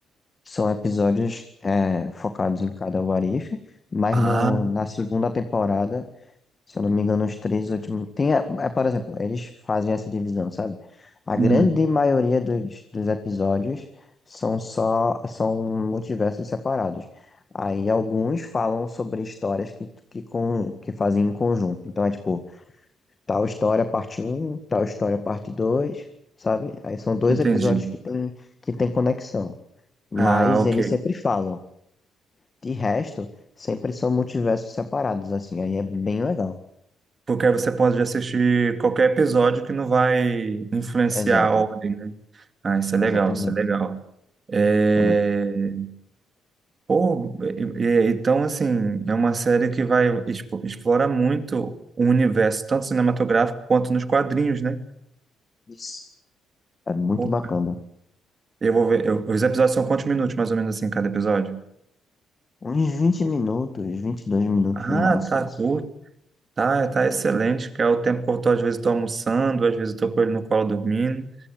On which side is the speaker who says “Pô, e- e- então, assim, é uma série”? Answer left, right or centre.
Right